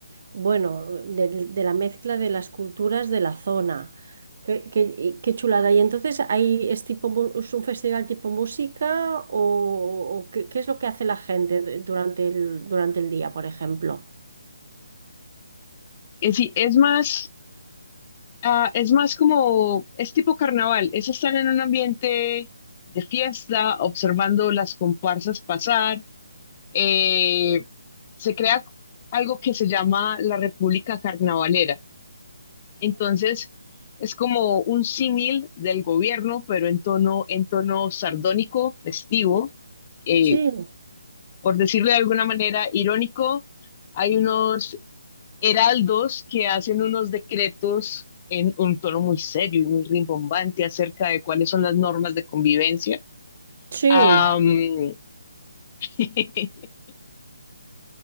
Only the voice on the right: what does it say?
bueno, de, de la mezcla de las culturas de la zona. Qué, qué- y qué chulada. ¿Y entonces ahí es tipo mu- es un festival tipo música o, o qué, qué es lo que hace la gente de- durante el, durante el día, por ejemplo?
<laughs> Sí,
sí.